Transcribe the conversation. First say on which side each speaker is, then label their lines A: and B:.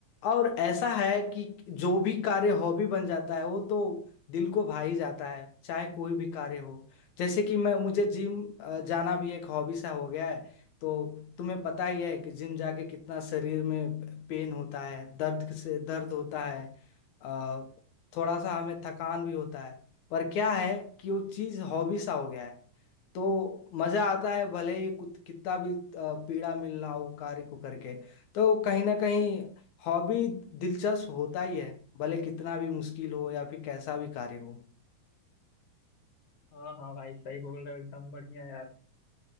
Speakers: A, on the left; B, on the left.
A: और ऐसा है कि जो भी कार्य हॉबी बन जाता है वो तो दिल को भा ही जाता है चाहे कोई भी कार्य हो जैसे कि मैं मुझे जिम अ, जाना भी एक हॉबी सा हो गया है तो तुम्हें पता ही है कि जिम जाके कितना शरीर में पेन होता है दर्द से दर्द होता है अ, थोड़ा सा हमें थकान भी होता है पर क्या है कि वो चीज़ हॉबी सा हो गया है तो मजा आता है भले ही कुत- कितना भी अ, पीड़ा मिल रहा हो कार्य को करके तो कहीं ना कहीं हॉबी दिलचस्प होता ही है भले कितना भी मुश्किल हो या फिर कैसा भी कार्य हो
B: हाँ हाँ भाई सही बोल रहे हो एकदम बढ़िया यार